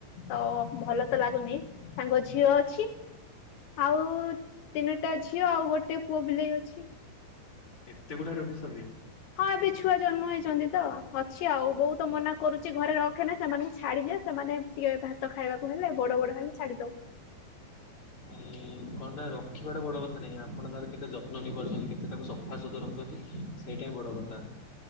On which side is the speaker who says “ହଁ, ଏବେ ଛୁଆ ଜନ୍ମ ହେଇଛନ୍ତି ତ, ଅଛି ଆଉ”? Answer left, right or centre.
Left